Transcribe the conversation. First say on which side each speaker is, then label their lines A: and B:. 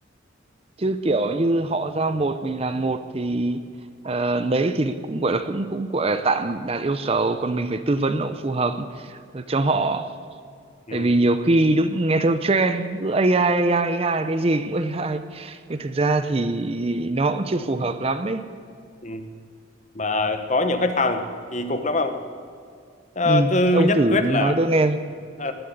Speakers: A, on the right; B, on the left.
A: chứ kiểu như họ giao một mình làm một thì ờ, đấy thì cũng gọi là cũng cũng gọi là tạm đạt yêu cầu còn mình phải tư vấn nó cũng phù hợp cho họ.
B: ừ,
A: Tại vì nhiều khi đúng nghe theo trend cứ AI AI AI cái gì cũng AI nhưng thực ra thì nó cũng chưa phù hợp lắm ấy.
B: ừ. mà có nhiều khách hàng thì cục lắm không Ờ,
A: ừ
B: cứ
A: ông
B: nhất
A: thử
B: quyết
A: nói
B: là
A: tôi nghe
B: ừ